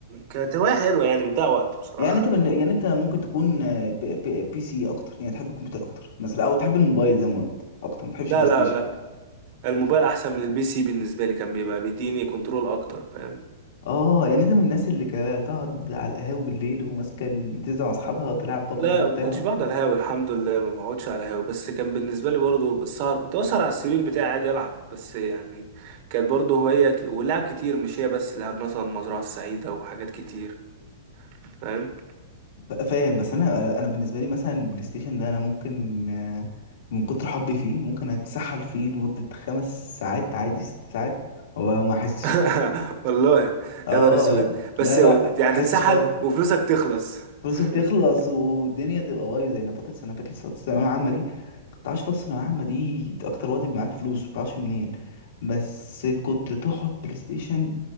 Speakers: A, on the right; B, on the left.
A: كانت هوايه حلوه يعني بتضيع وقت بصراحه
B: يعني انت من يعني انت ممكن تكون آه، بي, بي, بي سي اكتر يعني تحب الكمبيوتر اكتر مثلا او تحب الموبايل زي ما قلت اكتر ما تحبش
A: لا
B: البلاي ستيشن
A: لا لا الموبايل احسن من البي سي بالنسبه لي كان بيبقى بيديني كنترول اكتر فاهم
B: اه يعني انت من الناس اللي كانت تقعد على القهاوي بالليل وماسكه ال- تنزل مع اصحابها تلعب بابجي
A: لا
B: وبتاع
A: ما كنتش بقعد على الهاوي الحمد لله ما بقعدش على الهاوي بس كان بالنسبه لي برضو السهر كنت اسهر على السرير بتاعي عادي العب بس يعني كانت برضو هوايه ك... ولعب كتير مش هي بس لعب مثلا مزرعه السعيده وحاجات كتير فاهم
B: ف- فاهم بس انا انا بالنسبه لي مثلا البلاي ستيشن ده انا ممكن آه، من كتر حبي فيه ممكن اتسحل فيه لمده خمس ساعات عادي ست ساعات وما احسش
A: <laughs> والله
B: اه
A: يا نهار اسود
B: لا
A: بس
B: لا لا
A: هو- يعني
B: احسش
A: تتسحل
B: خالص
A: وفلوسك تخلص
B: فلوسك تخلص
A: <laughs>
B: والدنيا تبقى بايظه يعني فتره سنه فاكر فتره الثانويه العامه دي ما تعرفش فتره الثانويه العامه دي اكتر وقت بيبقى معاك فلوس ما تعرفش منين بس كنت تقعد بلاي ستيشن